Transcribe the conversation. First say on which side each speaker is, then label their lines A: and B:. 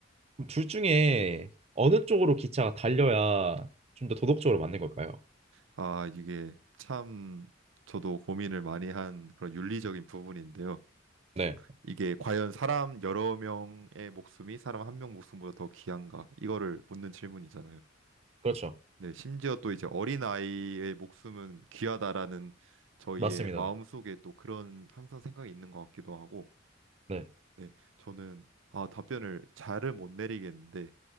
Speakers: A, on the right; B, on the right.
A: 그럼 둘 중에 어느 쪽으로 기차가 달려야 좀 더 도덕적으로 맞는 걸까요?
B: 아, 이게 참 저도 고민을 많이 한 그런 윤리적인 부분인데요.
A: 네.
B: 이게 과연 사람 여러 명의 목숨이 사람 한 명 목숨보다 더 귀한가? 이거를 묻는 질문이잖아요.
A: 그렇죠.
B: 네, 심지어 또 이제 어린아이의 목숨은 귀하다라는 저희의
A: 맞습니다.
B: 마음속에 또 그런 항상 생각이 있는 것 같기도 하고,
A: 네.
B: 네, 저는 아, 답변을 잘은 못 내리겠는데